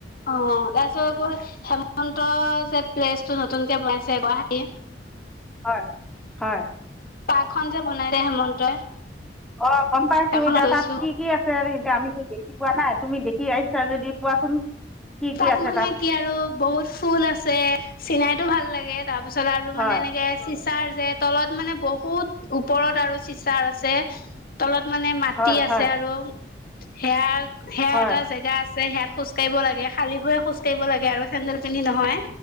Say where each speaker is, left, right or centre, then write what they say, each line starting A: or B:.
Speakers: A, on the left; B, in the centre.
A: অ'। তাৰপিছত আকৌ হেমন্ত যে প্লেচটো নতুনকে বনাইছে গুৱাহাটী
B: হয়। হয়।
A: পাৰ্কখন যে বনাইছে হেমন্তই
B: অ' গম পাইছোঁ।
A: সেইখনত
B: এতিয়া
A: গৈছো।
B: তাত কি কি আছে আমিতো দেখি পোৱা নাই। তুমি দেখি আহিছা যদি কোৱাচোন কি কি
A: তাত
B: আছে
A: মানে কি আৰু, বহুত ফুল আছে। চিনাই টো ভাল লাগে। তাৰ পিছত আৰু
B: হয়
A: মানে এনেকে তাৰ যে তলত মানে বহুত ওপৰত আৰু চিচাৰ আছে। তলত মানে মাটি
B: হয়
A: আছে
B: হয়
A: আৰু। সেয়া সেয়া
B: হয়
A: এটা জেগা আছ যে সেয়াত খোজ খোজ কাঢ়িব লাগে। খালি ভৰিৰে খোজ কাঢ়িব লাগে আৰু। চেণ্ডেল পিন্ধি নহয়।